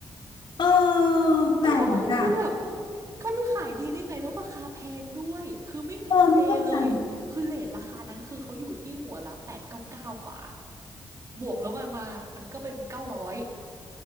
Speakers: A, on the left; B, on the right.
A: เออแปลกอ่ะ
B: แล้วทำไมคือแบบว่าเขาไปขายดีได้ไงแล้วราคาแพงด้วยคือไม่มีทะเลเลยคือเรตราคานั้นคือเขาอยู่ที่หัวละ899กาเก้ากว่า
A: เออไม่เข้าใจ
B: บวกแล้วมันมามันก็เป็น900